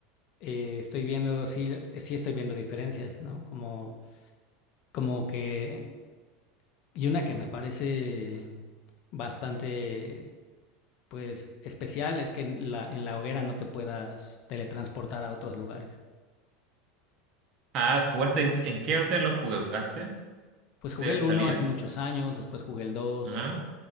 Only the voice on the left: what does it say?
eh, estoy viendo, sí, sí estoy viendo diferencias, ¿no? Como, como que, y una que me parece bastante pues especial es que en la, en la hoguera no te puedas teletransportar a otros lugares.
Pues jugué
el
uno hace muchos años, después jugué el dos